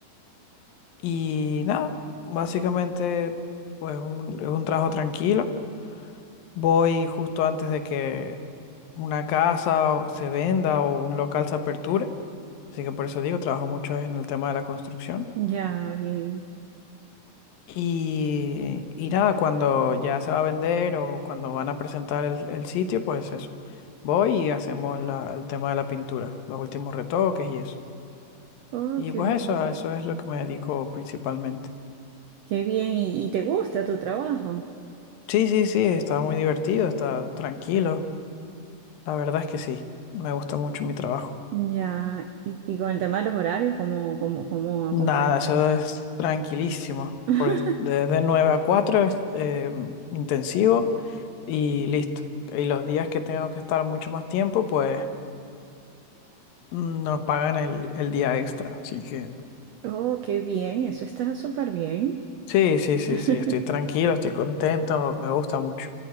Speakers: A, on the left (about 85°); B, on the right (about 80°).
A: y nada, básicamente pues un- es un trabajo tranquilo. Voy justo antes de que una casa o- se venda o un local se aperture. Así que por eso digo, trabajo mucho en el tema de la construcción.
B: ya, bien.
A: Y, y nada, cuando ya se va a vender o cuando van a presentar el, el sitio, pues eso. Voy y hacemos la- el tema de la pintura, los últimos retoques y eso.
B: Oh,
A: Y
B: qué
A: pues
B: bien.
A: eso, a eso es lo que me dedico principalmente.
B: Qué bien, ¿y, y te gusta tu trabajo?
A: Sí, sí, sí, está muy divertido, está tranquilo. La verdad es que sí, me gusta mucho mi trabajo.
B: Ya, y, y con el tema de los horarios, ¿cómo, cómo, cómo,
A: Nada,
B: cómo es?
A: eso es tranquilísimo.
B: <laughs>
A: Porque desde 9 a 4 es eh, intensivo y listo. Y los días que tengo que estar mucho más tiempo, pues mm, nos pagan el, el día extra. Así que
B: Oh, qué bien, eso está súper bien.
A: sí, sí, sí,
B: <laughs>
A: sí, estoy tranquilo, estoy contento, me gusta mucho.